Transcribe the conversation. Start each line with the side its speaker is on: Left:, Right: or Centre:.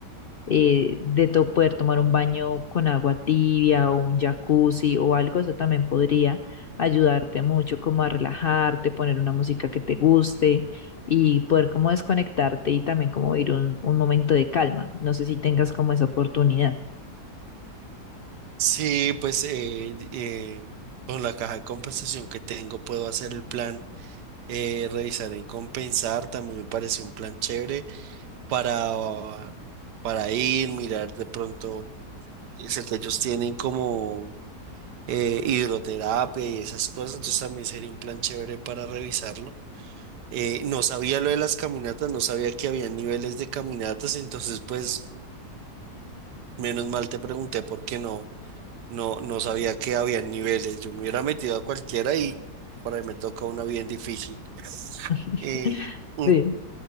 Left: eh, de to- poder tomar un baño con agua tibia o un jacuzzi o algo, eso también podría ayudarte mucho como a relajarte, poner una música que te guste y poder como desconectarte y también como ir un, un momento de calma. No sé si tengas como esa oportunidad.
Right: Sí, pues eh, eh, con la caja de compensación que tengo puedo hacer el plan, eh, revisar en compensar, también me parece un plan chévere para, ah, para ir, mirar de pronto, eh, sé que ellos tienen como eh, hidroterapia y esas cosas, entonces también sería un plan chévere para revisarlo. Eh, no sabía lo de las caminatas, no sabía que había niveles de caminatas, entonces pues menos mal te pregunté porque no, no, no sabía que había niveles. Yo me hubiera metido a cualquiera y por ahí me toca una bien difícil.
Left: <laughs>
Right: Eh, mm,
Left: Sí,